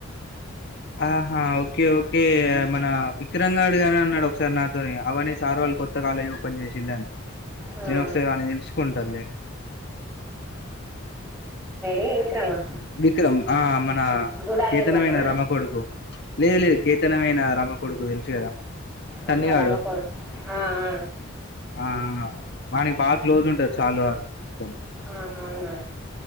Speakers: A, on the left; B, in the centre.
A: ఆహా ఓకే ఓకే మన విక్రమ్ గాడు గని అన్నడు ఒకసారి నాతోని అవని సార్ వాళ్ళు కొత్త కాలేజ్ ఓపెన్ చేసిళ్ళని
B: ఆ
A: నేను ఒకసారి వాన్ని తెలుసుకుంటాన్లే
B: ఈ విక్రమా
A: విక్రమ్ ఆ మన
B: గూడాల
A: కేతనమైన
B: విక్రమా
A: రమ కొడుకు లేదు లేదు కేతనమైనా రమ కొడుకు తెల్సు కదా సన్నిగాడు
B: ఆహా రామ కొడుకు ఆ ఆ
A: ఆ ఆ వానికి బాగా క్లోజ్ ఉంటరు చాలు అది మొత్తం
B: ఆహా అవునా